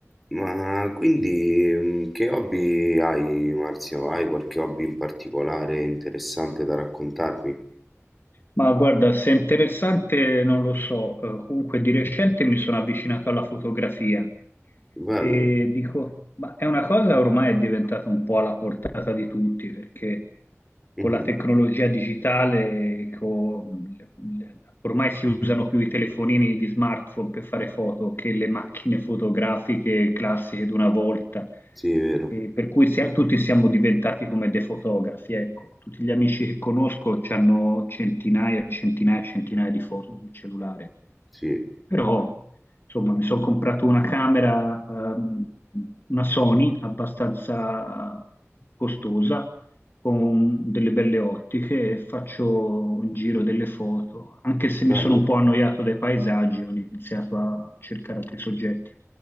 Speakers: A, in the centre; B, on the left (about 45°).
A: Ma quindi mh, che hobby hai, Marzio? Hai qualche hobby in particolare interessante da raccontarmi?
B: Ma guarda, se è interessante non lo so, eh, comunque di recente mi sono avvicinato alla fotografia
A: Bello.
B: e dico, ma è una cosa ormai è diventata un po' alla portata di tutti perché
A: Mhm.
B: con la tecnologia digitale, con le- le- ormai si usano più i telefonini, gli smartphone per fare foto che le macchine fotografiche classiche d'una volta.
A: Sì, è vero.
B: E per cui sia- tutti siamo diventati come dei fotografi, ecco, tutti gli amici che conosco hanno centinaia e centinaia e centinaia di foto sul cellulare,
A: Sì,
B: però insomma mi sono comprato una camera, ehm, una Sony abbastanza costosa, con delle belle ottiche e faccio un giro delle foto, anche se mi
A: bello.
B: sono un po' annoiato dai paesaggi, ho iniziato a cercare altri soggetti.